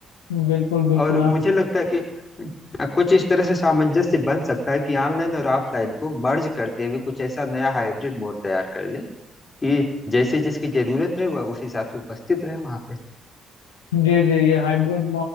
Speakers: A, on the left; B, on the left.
A: बिल्कुल बिल्कुल
B: और मुझे
A: आप
B: लगता है कि अ, कुछ इस तरह से सामंजस्य बन सकता है कि ऑनलाइन और ऑफलाइन को मर्ज करते हुए कुछ ऐसा नया हाइब्रिड मोड तैयार कर ले कि जैसे जिसकी जरूरत रहे वह उस हिसाब से उपस्थित रहे वहां पे
A: जी जी ये हाइब्रिड